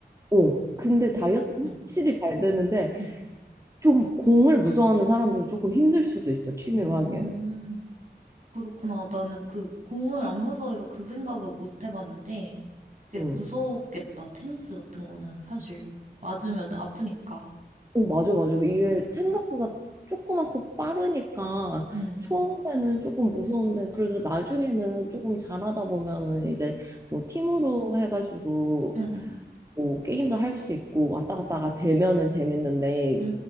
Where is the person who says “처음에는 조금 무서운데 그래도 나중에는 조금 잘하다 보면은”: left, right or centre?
Right